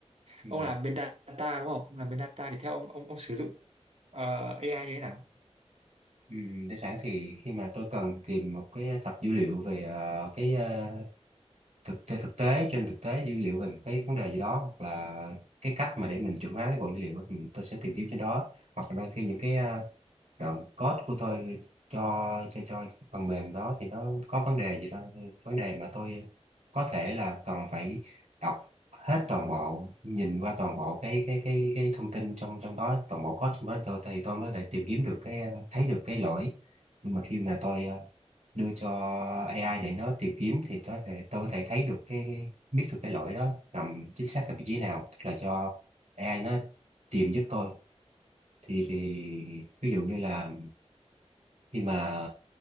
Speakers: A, on the right (about 85°); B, on the right (about 70°).
A: ừ.
B: ông làm bên data đúng không ông làm bên data thì theo ông ông ông sử dụng ờ, AI như thế nào
A: Ừ. đơn giản thì khi mà tôi cần tìm một cái tập dữ liệu về ờ, cái ờ, thực tế thực tế trên thực tế dữ liệu về một cái vấn đề gì đó hoặc là cái cách mà để mình chuẩn hóa cái bộ dữ liệu đó thì mình, tôi sẽ tìm kiếm trên đó hoặc là đôi khi những cái ờ, đoạn code của tôi cho cho cho phần mềm đó thì nó có vấn đề gì đó vấn đề mà tôi có thể là cần phải đọc hết toàn bộ nhìn qua toàn bộ cái cái cái cái thông tin trong trong đó toàn bộ code trong đó tôi thì tôi mới thể tìm kiếm được cái thấy được cái lỗi nhưng mà khi mà tôi ờ, đưa cho AI để nó tìm kiếm thì tôi có thể tôi có thể thấy được cái biết được cái lỗi đó nằm chính xác là vị trí nào là cho AI nó tìm giúp tôi thì thì ví dụ như là khi mà